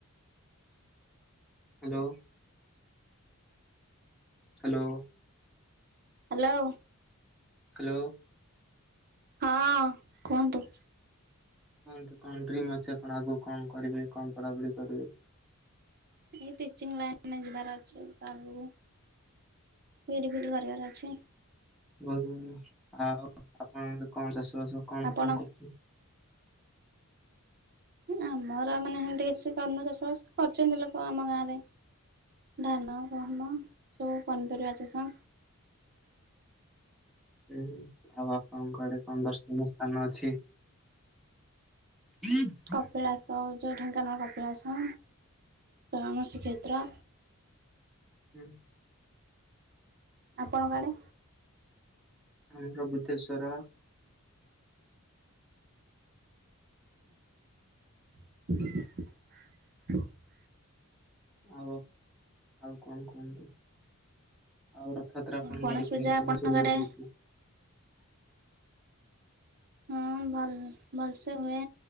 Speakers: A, in the centre; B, on the right (about 45°).
A: ହ୍ୟାଲୋ। ହାଲୋ।
B: ହାଲୋ।
A: ହାଲୋ।
B: ହଁ କୁହନ୍ତୁ।
A: କୁହନ୍ତୁ କଣ ଡ୍ରିମ୍ ଅଛି ଆପଣ ଆଗକୁ କଣ କରିବେ କଣ ପଢାପଢି କରିବେ।
B: ଏଇ ଟିଚିଂଙ୍ଗି ଲାଇନ୍ ରେ ଯିବାର ଅଛି ଆଗକୁ। ବିଡି ଫିଡ଼ି କରିବାର ଅଛି।
A: ବହୁତ୍ ଭଲ ଆଉ ଆପଣ ଆଡ଼େ କଣ ଚାଷ ବାସ କଣ
B: ଆପଣ?
A: କଣ କରୁଚ?
B: ଆମର ମାନେ ହେନ୍ତି କିଛି କରିନୁ ଚାଷବାସ କରିଚନ୍ତି ଲୋକ ଆମ ଗାଁ ରେ। ଧାନ ଗହମ ସବୁ ପନିପରିବା ଚାଷ।
A: ହୁଁ ଆଉ ଆପଣଙ୍କ ଆଡେ କଣ ଦର୍ଶନିୟ ସ୍ଥାନ ଅଛି? <unintelligible>
B: କପିଳାସ ଯୋଉ ଢେଙ୍କାନାଳ କପିଳାସ ଶରଣ ଶ୍ରୀକ୍ଷେତ୍ର।
A: ହୁଁ।
B: ଆପଣଙ୍କ ଆଡେ?
A: ଆମର ବୁଦ୍ଧେଶ୍ଵର
B: <unintelligible>
A: ଆଉ ଆଉ କଣ କୁହନ୍ତୁ ଆଉ ସତରେ ଆପଣଙ୍କ
B: ଗଣେଶ
A: ଆଡେ କେମିତି
B: ପୂଜା
A: କଣ
B: ଆପଣଙ୍କ
A: ସବୁ ଲଗେଇଚି?
B: ଆଡେ ହଁ ଭଲ୍ ଭଲ୍ସେ ହୁଏ